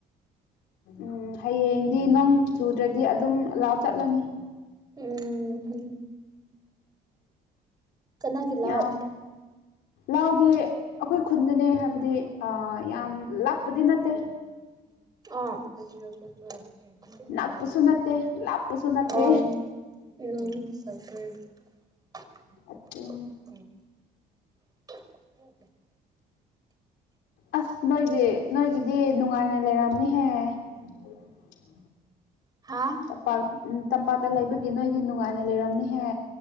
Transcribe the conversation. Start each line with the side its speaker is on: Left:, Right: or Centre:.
Left: ꯎꯝ ꯍꯌꯦꯡꯗꯤ ꯅꯣꯡ ꯆꯨꯗ꯭ꯔꯗꯤ ꯑꯗꯨꯝ ꯂꯥꯎ ꯆꯠꯂꯅꯤ
Right: ꯎꯝ ꯎꯝ ꯀꯅꯥꯒꯤ ꯂꯥꯎ
Left: ꯌꯥꯝ ꯂꯥꯎꯗꯤ ꯑꯩꯈꯣꯏ ꯈꯨꯟꯗꯅꯦ ꯍꯥꯏꯕꯗꯤ ꯌꯥꯝ ꯂꯥꯞꯄꯗꯤ ꯅꯠꯇꯦ
Right: ꯑꯥ ꯑ
Left: ꯅꯛꯄꯁꯨ ꯅꯠꯇꯦ ꯂꯥꯞꯄꯁꯨ ꯅꯠꯇꯦ
Right: ꯎꯝ
Left: ꯑ
Right: ꯎꯝ <unintelligible>
Left: ꯑꯁ ꯅꯣꯏꯒꯤ ꯅꯣꯏꯒꯤꯗꯤ ꯅꯨꯡꯉꯥꯏꯅ ꯂꯩꯔꯝꯅꯤꯍꯦ <inaudible>
Right: ꯍꯥꯥ
Left: ꯇꯝꯄꯥꯛ ꯇꯝꯄꯥꯛꯇ ꯂꯩꯕꯒꯤ ꯅꯣꯏꯗꯤ ꯅꯨꯡꯉꯥꯏꯅ ꯂꯩꯔꯝꯅꯤꯍꯦ